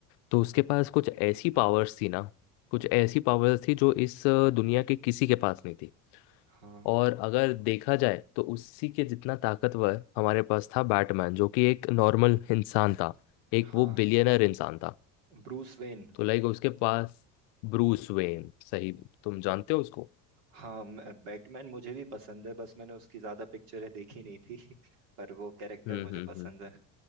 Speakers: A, on the left; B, on the right.
A: तो उसके पास कुछ ऐसी
B: हाँ
A: पावर्स थी ना कुछ ऐसी पावर्स थी जो इस अ, दुनिया के किसी के पास नहीं थी
B: हाँ
A: और अगर देखा जाए तो उसी के जितना ताकतवर हमारे पास था बैटमैन जो कि एक नॉर्मल इंसान था एक
B: हाँ
A: वो बिलियनर इंसान था
B: Bruce when
A: तो लाइक उसके पास ब्रूस वेन सही तुम जानते हो उसको
B: हाँ मैं- बैटमैन मुझे भी पसंद है बस मैंने उसकी ज्यादा पिक्चरें देखी नहीं थी <laughs> पर वो कैरेक्टर
A: हम्म
B: मुझे
A: हम्म
B: पसंद
A: हम्म
B: है